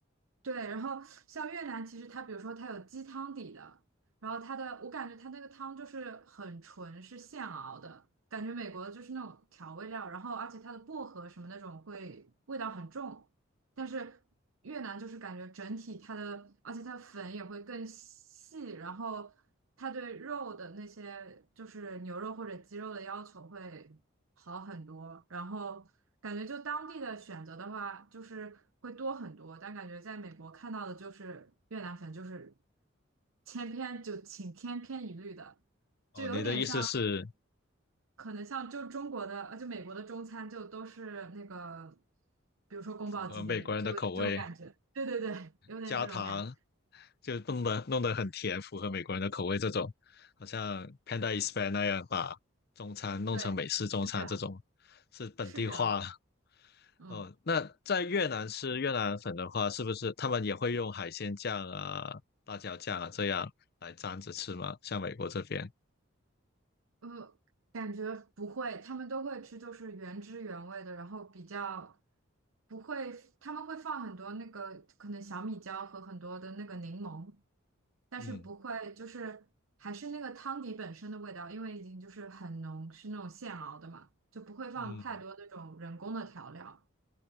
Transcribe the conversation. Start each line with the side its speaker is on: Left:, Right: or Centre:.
Right: 对，然后像越南，其实它比如说它有鸡汤底的，然后它的我感觉它那个汤就是很纯，是现熬的，感觉美国的就是那种调味料，然后而且它的薄荷什么那种会味道很重，但是越南就是感觉整体它的，而且它粉也会更细，然后它对肉的那些就是牛肉或者鸡肉的要求会好很多，然后感觉就当地的选择的话，就是会多很多，但感觉在美国看到的就是越南粉就是千篇就挺千篇一律的，就有点像
Left: 哦，你的意思是
Right: 可能像就中国的，呃，就美国的中餐就都是那个，比如说宫保鸡丁，
Left: 符合美国人的口味，
Right: 就有点这种感觉。对对对，有点这种感觉。
Left: 加糖就弄得弄得很甜，符合美国人的口味这种，好像 Panda Express 那样把中餐弄成美式中餐这种，
Right: 对，是这样，
Left: 是本地化。
Right: 是这样。嗯。
Left: 哦，那在越南吃越南粉的话，是不是他们也会用海鲜酱啊、辣椒酱啊这样来沾着吃吗？像美国这边，
Right: 呃，感觉不会，他们都会吃，就是原汁原味的，然后比较不会，他们会放很多那个可能小米椒和很多的那个柠檬，但是不会就是还是那个汤底本身的味道，
Left: 嗯
Right: 因为已经就是很浓，是那种现熬的嘛，就不会放太多那种人工的调料。
Left: 嗯。